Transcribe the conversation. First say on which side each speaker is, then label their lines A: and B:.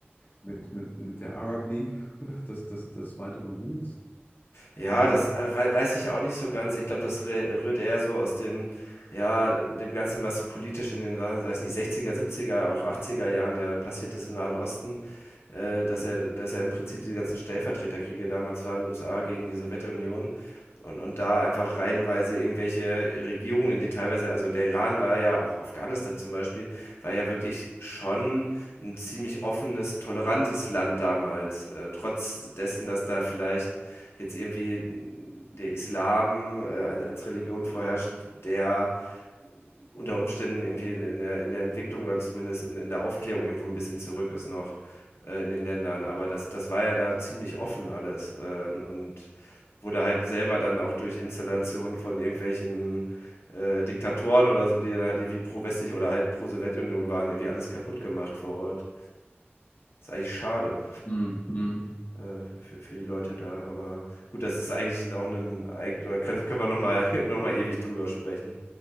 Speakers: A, on the left (about 50°); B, on the left (about 85°).
A: mit, mit, mit der Arab League <laughs> des, des, des weiteren Südens.
B: Ja,
A: Ja.
B: das äh, wei- weiß ich auch nicht so ganz. Ich glaube, das rä- rührt eher so aus den, ja, dem Ganzen, was so politisch in den, weiß nicht, 60er, 70er, auch 80er Jahren ja passiert ist im Nahen Osten, äh, dass
A: Hm.
B: er, dass er im Prinzip diese ganzen Stellvertreterkriege damals waren, USA gegen die Sowjetunion und, und da einfach reihenweise irgendwelche Regierungen, die teilweise, also der Iran war ja, auch Afghanistan zum Beispiel, war ja wirklich schon ein ziemlich offenes, tolerantes Land damals, äh, trotz dessen, dass da vielleicht jetzt irgendwie der Islam äh, als Religion vorherrscht, der unter Umständen irgendwie in der, in der Entwicklung oder zumindest in, in der Aufklärung irgendwo ein bisschen zurück ist noch äh, in den Ländern. Aber das, das war ja da ziemlich offen alles ähm, und wurde halt selber dann auch durch Installationen von irgendwelchen äh, Diktatoren oder so, die dann halt irgendwie pro-westlich oder halt pro-Sowjetunion waren, irgendwie alles kaputt gemacht vor Ort. Das Ist eigentlich schade
A: Hm, hm.
B: äh, für, für die Leute da. Aber gut, das ist eigentlich auch ein eigen- oder können, können wir nochmal <laughs> noch mal ewig drüber sprechen.